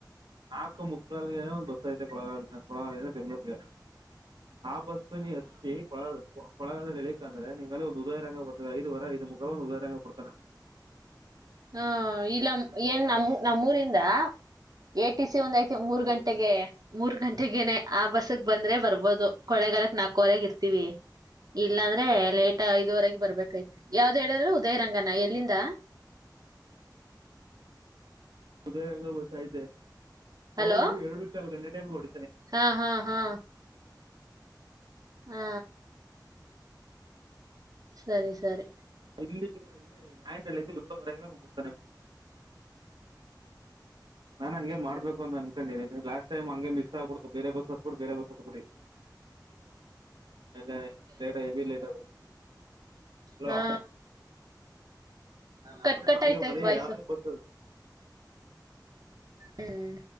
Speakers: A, on the right (about 85°); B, on the right (about 55°).
A: ನಾಲ್ಕು ಮುಕ್ಕಾಾಲ ಒಂದ್ ಬಸ್ ಐತೆ ಕೊಳಗಾಲ ಕೊಳಗಾಲ ಬೆಂಗ್ಳೂರ್ ಹಾ ಬಸ್ಸ ನೀ ಅಷ್ಟತಿ ಪಳ ಪಳಾದದ ನೆಲೆ ಕಾ ಅ್ರೆ ನೀಾೇ ಒಂದು ಉದಾರರಂಗ ಕೊಡ್ತ ಐದು ವಾರ ಇದು ಮುಗಾ ಒಂದು ಉದಾರರಾ ಕೊಡ್ತಣ
B: ಹಾ ಇಲ್ಲ ಏನ್ ನಮ್ಮ ನಮ್ಮೂರಿಂದ ಎ ಟಿ ಸಿ ಒಂದ ಐತಿ ಮೂರ್ ಗಂಟೆಗೆ ಮೂರ್ ಗಂಟಗನೆ ಆ ಬಸ್ ಬಂದ್ರೆ ಬರ್ಬೋದು ಕೊಳೆಗಾಲಕ್ ನಾಕವರೆಗ ಇರ್ತೀವಿ ಇಲ್ಲಾಂದ್ರೆ ಲೇಟ್ ಐದುವರೆಗೆ ಬರ್ಬೇಕಾಯತ ಯಾವ್ದು ಹೇಳಿದ್ರೆ ಉದಯ ರಂಗನ ಎಲ್ಲಿಂದ
A: ಹದಯಂಗ ಬಸ ಐತೆ
B: ಹಲೋ
A: ಅವನು ಎರಡು ಕಾಲ್ ಗಂಟೆ ಟೈಮ್ಗೆ ಹೊಡ
B: ಹಾ ಹಾ ಹಾ ಹಾ ಸರಿ ಸರಿ
A: ಇಲ್ಲಿ ಇಲ್ಲಿ ಆಯಿಂಟಲ್ಲಲ್ಲಿ ಎಲೋ ವರಗೆ್ ಕೊಡ್ತಾನ ನಾನ್ ಹಂಗೆ ಮಾಡ್ಬೇಕು ಅಂತ ಅನ್ಕೊಂಡಿದ್ದೀಿ ಲಾಸ್ಟ್ ಟೈಮ್ ಹಂಗೆ ಮಿಸ್ ಆಗ್ಬಡ್ತು ಬೇರೆ ಬಸ್ ಹತ್ಬಿ ಬೇರೆ ಬಸ್ ಹತ್ಬಿಡಿ
B: ಹ
A: ಲೇಟರ್ ಎವಿ ಲೇಟ್ ಕೊಡ್ತ ಅಲೋ
B: ಹಾ
A: ಾ
B: ಕಟ್ ಕಟ್
A: ಹಗೆ
B: ಆಯ್ತಾಯ್ತ್
A: ಮಾಡಿ
B: ವಾಯ್ಸು
A: ಯಾವ ಬರ್ಸದ
B: ಹ್ಮ್